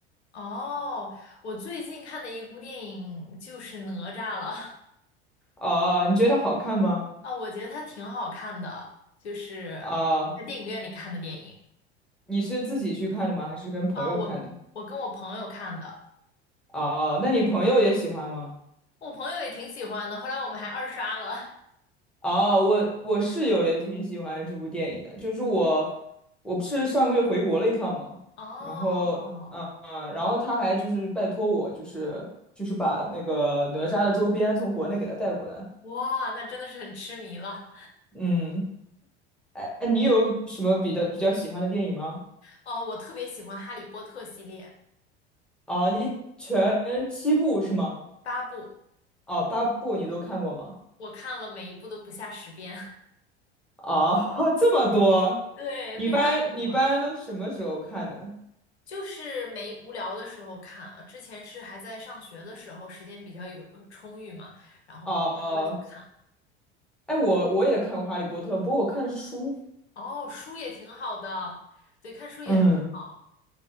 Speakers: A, on the left; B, in the centre.
A: 哦，我最近看的一部电影就是《哪吒》了，
B: 啊、你觉得它好看吗？
A: <laughs> 啊，我觉得它挺好看的，就是在电影院里看的电影。
B: 啊、你是自己去看的吗？还是跟朋友看的？
A: 啊，我我跟我朋友看的，
B: 哦、那你朋友也喜欢吗？
A: 我朋友也挺喜欢的，后来我们还二刷了。
B: 哦、我我室友也挺喜欢这部电影的。就是我，我不是上个月回国了一趟嘛，
A: <laughs> 哦，
B: 然后，嗯嗯，然后他还就是拜托我，就是就是把那个哪吒的周边从国内给他带过来。
A: 哇，那真的是很痴迷了。
B: 嗯，哎，哎你有什么比的比较喜欢的电影吗？
A: 哦，我特别喜欢《哈利波特》系列，
B: 啊，你全七部是吗？
A: 八部，
B: 啊，八部你都看过吗？
A: 我看了每一部都不下十遍，
B: 啊，<laughs> 这么多，
A: <laughs> 对，
B: 你一般你一般都什么时候看的？
A: 非常喜欢。就是没无聊的时候看啊，之前是还在上学的时候，时间比较有呃充裕嘛，然后无聊了就看。
B: 啊，哎，我我也看过《哈利波特》，不过我看的是书。
A: 哦，书也挺好的，对，看书也很好。
B: 嗯，